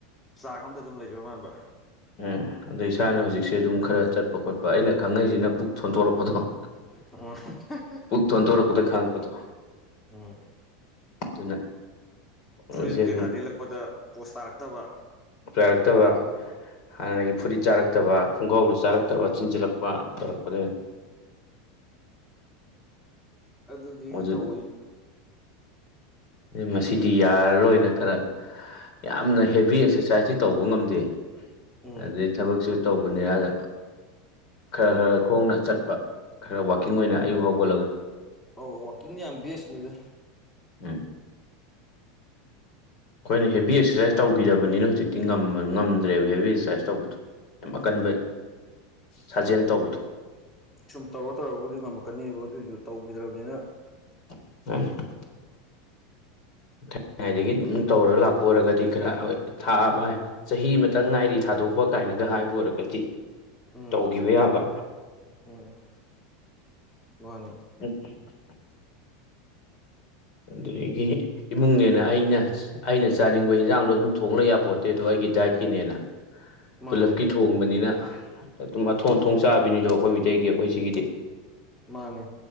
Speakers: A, on the left (about 20°); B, on the left (about 50°).
A: ꯆꯥꯡ ꯑꯝꯗ ꯑꯗꯨꯝ ꯂꯩꯖꯕ ꯃꯥꯟꯕ
B: ꯎꯝ ꯑꯗ ꯏꯁꯥꯅ ꯍꯧꯖꯤꯛꯁꯦ ꯑꯗꯨꯝ ꯈꯔ ꯆꯠꯄ ꯈꯣꯠꯄ ꯑꯩꯅ ꯈꯪꯉꯛꯏꯁꯤꯅ ꯄꯨꯛ ꯊꯣꯟꯇꯣꯔꯛꯄꯗꯣ
A: <unintelligible>
B: ꯄꯨꯛ ꯊꯣꯟꯇꯣꯔꯛꯄꯗ ꯈꯥꯡꯉꯛꯄꯗꯣ
A: ꯎꯝ
B: ꯑꯗꯨꯅ ꯍꯧꯖꯤꯛꯁꯦ
A: ꯐꯨꯔꯤꯠ ꯀꯩꯀꯥ
B: ꯑꯗꯨꯝ
A: ꯂꯤꯜꯂꯛꯄꯗ ꯄꯣꯁ ꯇꯥꯔꯛꯇꯕ
B: ꯌꯥꯥꯏꯔꯛꯇꯕ ꯍꯥꯟꯅꯒꯤ ꯐꯨꯔꯤꯠ ꯆꯥꯔꯛꯇꯕ ꯈꯨꯡꯒꯧꯗꯨ ꯆꯥꯔꯛꯇꯕ
A: ꯎꯝ
B: ꯆꯤꯟꯁꯤꯜꯂꯛꯄ ꯇꯧꯔꯛꯄꯗꯒꯤ
A: ꯑꯗꯨꯅꯤ
B: ꯍꯧꯖꯤꯛ
A: ꯇꯧꯋꯤ
B: ꯃꯁꯤꯗꯤ ꯌꯥꯔꯔꯣꯏꯅ ꯈꯔ ꯌꯥꯝꯅ ꯍꯦꯚꯤ ꯑꯦꯛꯁꯔꯁꯥꯏꯁꯇꯤ ꯇꯧꯕ ꯉꯝꯗꯦ
A: ꯎꯝ
B: ꯑꯗꯩ ꯊꯕꯛꯁꯨ ꯇꯧꯕꯅꯤꯔꯗ ꯈꯔ
A: ꯎꯝ
B: ꯈꯔ ꯈꯣꯡꯅ ꯆꯠꯄ ꯈꯔ ꯋꯥꯛꯀꯤꯡ ꯑꯣꯏꯅ ꯑꯌꯨꯛ ꯍꯧꯒꯠꯂꯒ
A: ꯑꯧ ꯋꯥꯛꯀꯤꯡ ꯌꯥꯝ ꯕꯦꯁꯅꯤꯗ
B: ꯎꯝ ꯈꯣꯏꯅ ꯍꯦꯚꯤ ꯑꯦꯛꯁꯔꯁꯥꯏꯁ ꯇꯧꯈꯤꯗꯕꯅꯤꯅ ꯍꯧꯖꯤꯛꯇꯤ ꯉꯝꯗ꯭ꯔꯦꯕ ꯍꯦꯚꯤ ꯑꯦꯛꯁꯔꯁꯥꯏꯁ ꯇꯧꯕꯗꯣ ꯌꯥꯝ
A: ꯎꯝ
B: ꯑꯀꯟꯕ ꯁꯥꯖꯦꯟ ꯇꯧꯕꯗꯣ
A: ꯁꯨꯝ ꯇꯧꯔ ꯇꯧꯔꯒꯕꯨꯗꯤ ꯉꯝꯃꯛꯀꯅꯦꯕ ꯑꯗꯨꯑꯣꯏꯁꯨ ꯇꯧꯈꯤꯗ꯭ꯔꯕꯅꯤꯅ
B: <unintelligible> ꯊꯥꯏꯉꯥꯏꯗꯒꯤ ꯑꯗꯨꯝ ꯇꯧꯔꯒ ꯂꯥꯛꯄ ꯑꯣꯏꯔꯒꯗꯤ ꯈꯔ ꯍꯣꯏ ꯊꯥꯕ ꯆꯍꯤ ꯑꯃꯇꯪ ꯉꯥꯏꯔꯤ ꯊꯥꯗꯣꯛꯄ ꯀꯥꯏꯅꯒ ꯍꯥꯏꯕ ꯑꯣꯏꯔꯒꯗꯤ
A: ꯎꯝ
B: ꯇꯧꯈꯤꯕ ꯌꯥꯕ
A: ꯎꯝ ꯃꯥꯅꯤ
B: <unintelligible> ꯑꯗꯨꯗꯒꯤ ꯏꯃꯨꯡꯅꯦꯅ ꯑꯩꯅ ꯑꯩꯅ ꯆꯥꯅꯤꯡꯕ ꯌꯦꯟꯁꯥꯡꯗꯣ ꯑꯗꯨꯝ ꯊꯣꯡꯅ ꯌꯥꯕꯄꯣꯠꯇꯦ ꯑꯗꯣ ꯑꯩꯒꯤ ꯗꯥꯏꯠꯀꯤꯅꯦꯅ
A: ꯃꯥꯅꯦ
B: ꯄꯨꯂꯞꯀꯤ ꯊꯣꯡꯕꯅꯤꯅ ꯑꯗꯨꯝ ꯑꯊꯣꯡ ꯑꯊꯣꯡ ꯆꯥꯕꯅꯤꯗꯣ ꯑꯩꯈꯣꯏ ꯃꯤꯇꯩꯒꯤ ꯑꯩꯈꯣꯏ ꯁꯤꯒꯤꯗꯤ
A: ꯃꯥꯅꯦ